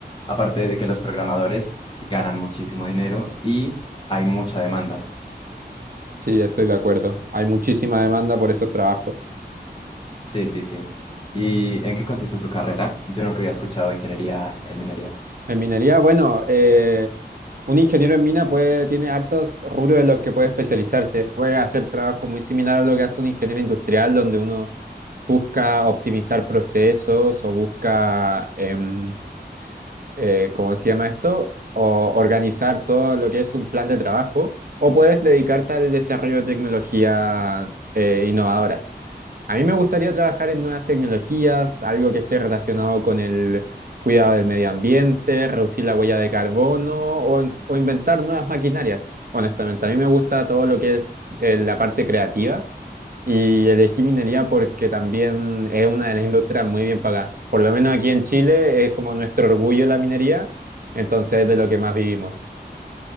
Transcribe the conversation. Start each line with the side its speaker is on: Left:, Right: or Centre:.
Left: aparte de que los programadores ganan muchísimo dinero y hay mucha demanda.
Right: Sí, estoy de acuerdo. Hay muchísima demanda por esos trabajos.
Left: Sí, sí, sí. ¿Y en qué consiste su carrera? Yo nunca había escuchado ingeniería en minería.
Right: En minería, bueno, eh, un ingeniero en mina puede, tiene hartos rubros en los que puede especializarse. Puede hacer trabajo muy similar a lo que hace un ingeniero industrial, donde uno busca optimizar procesos o busca em, eh, ¿cómo se llama esto? O organizar todo lo que es un plan de trabajo, o puedes dedicarte al desarrollo de tecnologías eh, innovadoras. A mí me gustaría trabajar en nuevas tecnologías, algo que esté relacionado con el cuidado del medio ambiente, reducir la huella de carbono o, en- o inventar nuevas maquinarias. Honestamente, a mí me gusta todo lo que es eh, la parte creativa y elegí minería porque también es una de las industrias muy bien pagadas. Por lo menos aquí en Chile es como nuestro orgullo la minería, entonces es de lo que más vivimos.